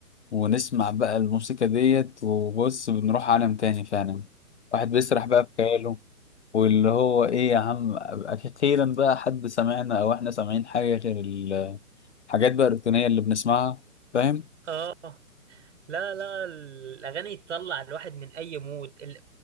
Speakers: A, on the left (about 45°); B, on the right (about 50°).
A: ونسمع بقى الموسيقى ديت وبص بنروح عالم تاني فعلا واحد بيسرح بقى في خياله واللي هو ايه يا عم اخيرا بقى حد سمعنا او احنا سامعين حاجه غير الحاجات بقى الروتينيه اللي بنسمعها فاهم
B: اه آه. لا لا الأغاني تطلع الواحد من أي مود ال...